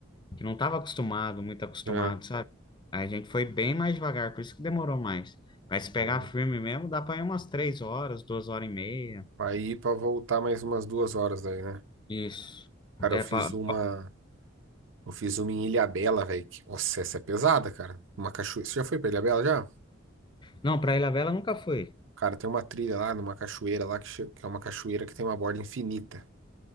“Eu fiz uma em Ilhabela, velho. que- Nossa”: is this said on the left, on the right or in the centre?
Right